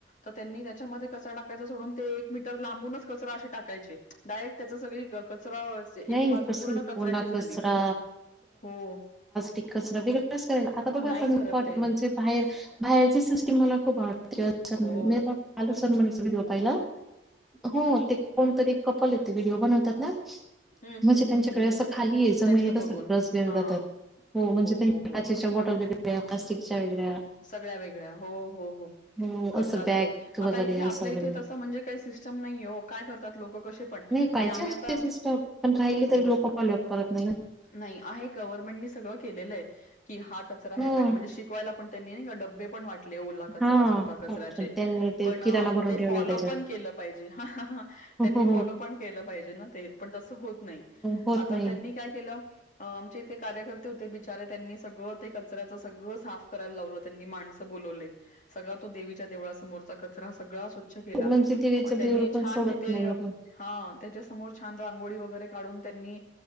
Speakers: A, on the left; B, in the centre.
A: त त्यांनी त्याच्यामध्ये कचरा टाकायचा सोडून ते एक मीटर लांबूनच कचरा असे टाकायचे डायरेक्ट त्याचा सगळी कचरा एक
B: नाही
A: बाजू
B: कस
A: पूर्ण कचऱ्याची
B: ओला
A: झाली.
B: कचरा
A: हो.
B: ते कचरा <unintelligible> असेल आता बघ
A: नाही
B: आपण
A: करत ते
B: म्हणजे बाहेर बाहेरची सिस्टीम म्हणा <unintelligible> कालच <unintelligible>
A: हो
B: चा व्हिडीओ पाहिला. हो ते कोणतरी कपल येत ते व्हिडिओ बनवतात ना.
A: हम्म
B: म्हणजे
A: हम्म
B: त्यांच्याकडे
A: हम्म हम्म
B: असं
A: हम्म
B: खाली आहे जमनीत
A: त्यांचं बघून
B: असं डस्टबिन
A: हा
B: रातात हो म्हणजे त्यां
A: हो हो
B: काचेच्या बॉटल वगै <unintelligible>
A: सगळ्या वेगळ्या हो हो हो
B: हो
A: करतात
B: असं बॅग
A: ते
B: वगैरे
A: आता इथे आपल्या
B: असं वगैरे
A: इथे तस म्हणजे काय सिस्टम नाहीये ओ काय करतात लोक कसे पण
B: नाही पाहिजे
A: आणि आम्ही
B: असले
A: आता
B: सिस्टम पण काहीले
A: हो
B: तरी लोक फॉलोप करत नाही.
A: नाही आहे गव्हर्नमेंटनी सगळं केलेलं आहे. की हा कचरा ह्या
B: हो
A: टाका म्हणजे शिकवायला पण त्यांनी नाय का डब्बे पण वाट.. ले ओला कचरा
B: हा
A: सुका कचऱ्याचे
B: त्यांनी ते
A: पण
B: किराणा भरून
A: ते
B: ठेवलाय
A: फॉलो
B: त्याच्यात
A: पण केलं पाहिजे. त्यांनी
B: हो
A: फॉलो पण केलं पाहिजे ना ते पण तस होत नाही
B: होत
A: आता
B: नाही
A: त्यांनी काय केलं अ म्हणजे ते कार्यकर्ते होते बिचारे त्यांनी सगळं ते कचऱ्याचं सगळं साफ करायला लावलं त्यांनी माणसं बोलावले सगळा तो देवीच्या देव समोरचा कचरा सगळा स्वच्छ केला
B: म्हणजे देवीच
A: म त्यांनी
B: देऊळ पण
A: छान
B: सोडत
A: तिथे
B: नाही लोक
A: हा त्याच्याचं समोर छान रांगोळी वगैरे काढून त्यांनी